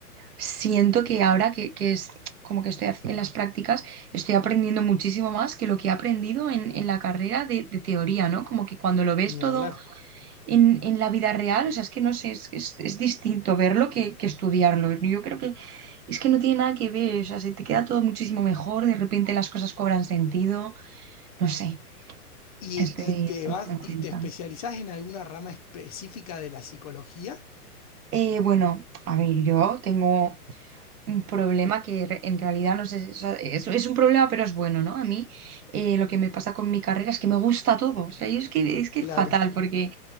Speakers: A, on the right (about 75°); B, on the left (about 25°).
A: siento que ahora que, que es como que estoy haci- en las prácticas, estoy aprendiendo muchísimo más que lo que he aprendido en, en la carrera de, de teoría, ¿no? Como que cuando lo ves
B: ni
A: todo
B: hablar.
A: en, en la vida real, o sea, es que no sé, es, es, es distinto verlo que, que estudiarlo. Yo creo que es que no tiene nada que ver, o sea, se te queda todo muchísimo mejor, de repente las cosas cobran sentido, no sé,
B: ¿Y,
A: estoy,
B: y te
A: estoy
B: vas
A: muy contenta.
B: y te especializás en alguna rama específica de la psicología?
A: Eh, bueno, a ver, yo tengo un problema que re- en realidad no sé, o sea, es, es un problema, pero es bueno, ¿no? A mí eh, lo que me pasa con mi carrera es que me gusta todo, o sea, yo es que es que
B: Claro,
A: es fatal porque